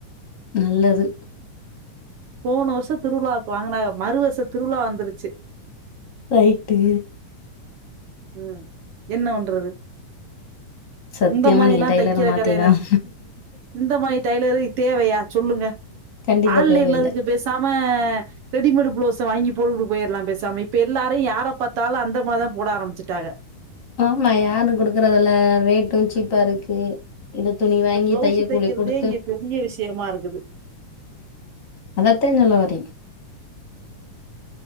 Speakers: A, on the left; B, on the right.
A: நல்லது
B: போன வருஷம் திருவிழாக்கு வாங்குனாக மறு வருஷம் திருவிழா வந்துருச்சு
A: ரைட்டு
B: உம் என்ன பண்றது
A: சத்தியமா
B: இந்த மாதிரிலாம்
A: நீங்க டைலரை
B: தைக்கிற
A: மாத்திதான்
B: கடையில இந்த மாதிரி டெய்லரு தேவையா சொல்லுங்க
A: கண்டிப்பா
B: ஆன்லைன்ல
A: தேவையில்லை
B: அதுக்கு பேசாம ரெடிமேடு் ப்ளோஸ் வாங்கி போட்டுட்டு போயிடலாம் பேசாம இப்ப எல்லாரு யார பார்த்தாலும் அந்த மாதி தான் போட ஆரம்பிச்சு வச்சுட்டாங்க
A: ஆமா யாரும் குடுக்குறதுல்ல ரேட்டும் சீப்பா இருக்கு இந்த துணி வாங்கி
B: பிளவுஸ்
A: தைய
B: தைக்கிறதே
A: கூலி குடுத்து
B: இங்க பெரிய விஷயமா இருக்குது
A: அதத்தா சொல்ல வரேன்